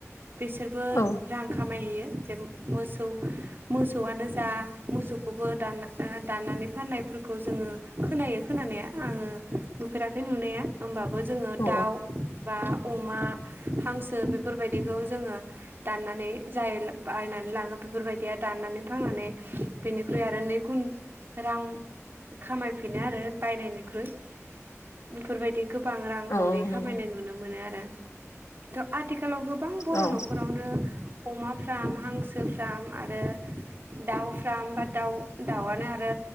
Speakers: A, on the right; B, on the left.
A: बिसोरबो
B: औ
A: रां खामायहैयो जे मोसौ मोसौआनो जा मोसौखौबो दान दाननानै फाननायफोरखौ जोङो खोनायो खोनानाया आङो नुफेराखै नुनाया। होमबाबो जोङो
B: औ
A: दाउ बा अमा हांसो बेफोर बायदिखौ जोङो दाननानै जाय बायनानै लाङो बेफोर बायदिया दाननानै फाननानै बेनिख्रुइ आरो नै गुन रां खामायफिनो आरो बायनायनिख्रुइ बेफोर बायदि गोबां रांखावरि
B: औ औ
A: खामायनाय
B: नंगौ
A: नुनो मोनो आरो थ' आथिखालाव गो बां बर'
B: औ
A: न'खरावनो अमा फ्राम हांसो फ्राम आरो दाउ फ्राम बा दाउ दाउआनो आरो आरो